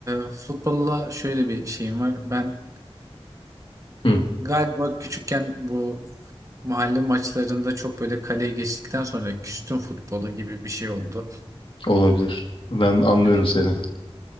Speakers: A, on the right; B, on the left.
A: e, futbolla şöyle bir şeyim var. Ben
B: Hı.
A: galiba küçükken bu mahalle maçlarında çok böyle kaleye geçtikten sonra küstüm futbolu gibi bir şey oldu.
B: Olabilir. Ben anlıyorum
A: Hani
B: seni.